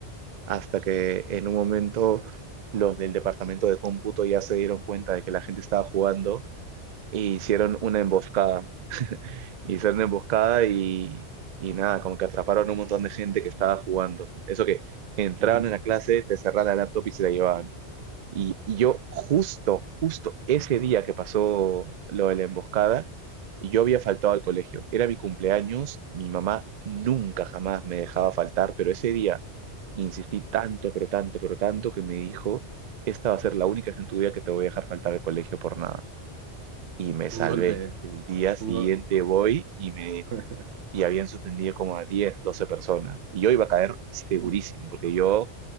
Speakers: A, on the right; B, on the right.
A: hasta que en un momento los del departamento de cómputo ya se dieron cuenta de que la gente estaba jugando e hicieron una emboscada Hicieron una emboscada y, y nada, como que atraparon un montón de gente que estaba jugando. Eso que entraban
B: <laughs>
A: en la clase, te cerraban la laptop y se la llevaban. Y, y yo justo, justo ese día que pasó lo de la emboscada, yo había faltado al colegio. Era mi cumpleaños, mi mamá nunca jamás me dejaba faltar, pero ese día insistí tanto, pero tanto, pero tanto que me dijo, esta va a ser la única vez en tu vida que te voy a dejar faltar al colegio por nada. Y me salvé.
B: Un golpe,
A: El día siguiente
B: un go-
A: voy y me
B: <laughs>
A: y habían suspendido como a 10 12 personas. Y yo iba a caer segurísimo,
B: Mm.
A: porque yo